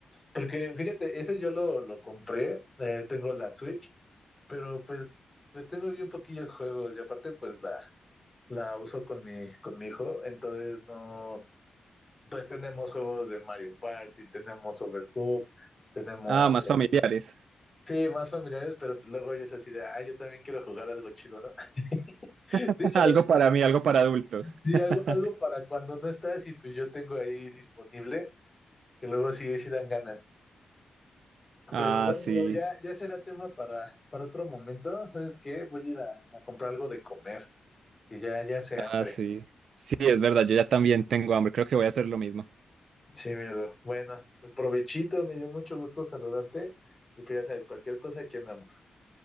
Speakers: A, on the left; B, on the right.
A: Porque fíjate, ese yo lo, lo compré, eh, tengo la Switch, pero pues, pues tengo bien poquillos juegos y aparte pues la, la uso con mi, con mi hijo, entonces no, pues tenemos juegos de Mario Party, tenemos Overcooked, tenemos,
B: Ah, más
A: eh,
B: familiares.
A: sí, más familiares, pero pues luego yo es así de, ah, yo también quiero jugar algo chido, ¿no? <laughs>
B: <laughs>
A: Digo,
B: Algo
A: o sea, no es-
B: para mí, algo para adultos.
A: sí,
B: <laughs>
A: algo, algo para cuando no estás y pues yo tengo ahí disponible, que luego sí, sí dan ganas.
B: Ah,
A: Pero bueno,
B: sí,
A: bro, ya, ya será tema para, para otro momento. ¿Sabes qué? Voy a ir a, a comprar algo de comer, que ya, ya se
B: ah,
A: hambre.
B: sí. Sí, es verdad, yo ya también tengo hambre, creo que voy a hacer lo mismo.
A: Sí, mi bro. Bueno, pues provechito, me dio mucho gusto saludarte. Y pues ya sabes, cualquier cosa aquí andamos.